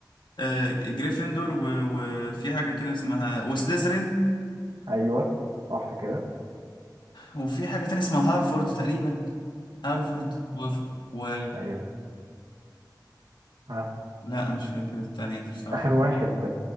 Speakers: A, on the left; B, on the right.
A: آه، جريفندور و- وفي حاجه كده اسمها وسليزرين
B: ايوه صح كده
A: وفي حاجه تانية اسمها هارفورد تقريبا هارفورد و... و...
B: ايوه ها
A: لا مش فاكر التانية دي بصراحه
B: اخر واحد